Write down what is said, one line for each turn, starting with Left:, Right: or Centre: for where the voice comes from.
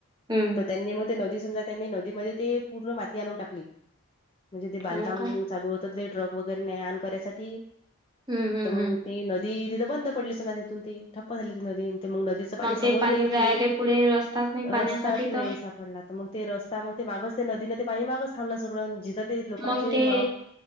Right: हम्
Left: तर त्यांनी मग ते नदी समजा त्यांनी नदीमध्ये ते पूर्ण माती आणून टाकली म्हणजे ते बांधकाम
Right: हो का?
Left: चालू होतं ते ट्रक वगैरे न्या आण करायसाठी
Right: हम्म हम्म
Left: तर मग
Right: हम्म
Left: ती नदी तिथं बंद पडली सगा तिथून ती ठप्प झाली ती नदी मग नदी पाणी
Right: ते
Left: समोर गेलंच
Right: जायले
Left: नाही
Right: पुढे रस्ताच नाही पाण्यासाठी
Left: रस्ताच
Right: तर
Left: नाही पडला तर मग ते रस्ता मग ते मागच ते नदीनं ते पाणी मागचथांबलं सगळ जिथं ते लोकांचे
Right: मग ते
Left: वाव